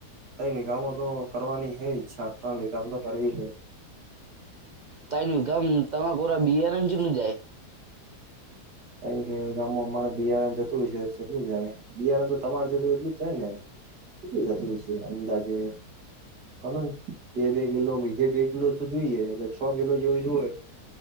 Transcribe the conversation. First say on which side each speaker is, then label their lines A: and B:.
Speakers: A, on the right (about 80°); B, on the right (about 45°).
A: તઇ નહી ગામો તો કરવાની હે ઈચ્છા, ત્રણ વિગા તો કરવી હે.
B: તઈણ ગમ તમા કોરા બિયારણ કેટલું જાય?
A: એમકે ગામમાં અમારે બિયારણ જતું છે, કેટલું જાય બિયારણ તો તમારે જતું હોય એટલું જાય ને. કેટલું જતુ હશે અંદાજે? કનો બે-બે કિલો બીજે બે કિલો તો જોઈએ એટલે છ કિલો જેવુ જુવે.